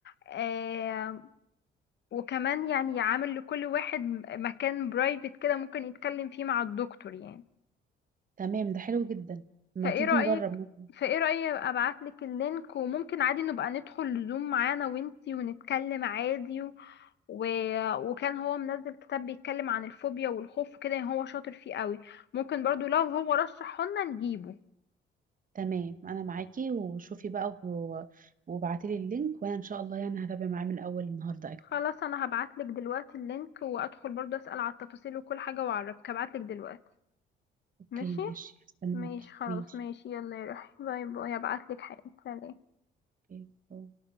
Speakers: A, on the left; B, on the right.
A: آه وكمان يعني عامل لكل واحد مكان برايفت كده ممكن يتكلم فيه مع الدكتور يعني
B: تمام ده حلو جدا ما
A: فايه
B: تيجي
A: رأيك
B: نجرب ممكن
A: فايه رأيك ابعت لك اللينك وممكن عادي نبقى ندخل زوم معانا وانتي ونتكلم عادي و... و- وكان هو منزل كتاب بيتكلم عن الفوبيا والخوف وكده يعني هو شاطر فيه قوي ممكن برضو لو هو رشحه لنا نجيبه
B: تمام انا معاكي وشوفي بقى و- وابعتيلي اللينك وانا ان شاء الله يعني هتابع معاه من اول النهارده
A: خلاص انا هبعت لك دلوقتي اللينك وادخل برضو اسأل على التفاصيل وكل حاجة واعرفك هبعت لك دلوقتي
B: اوكي
A: ماشي
B: ماشي هستناكي
A: ماشي خلاص
B: ماشي
A: ماشي يلا يا روحي باي باي هبعت لك حاجة سلام
B: اوكي أوه.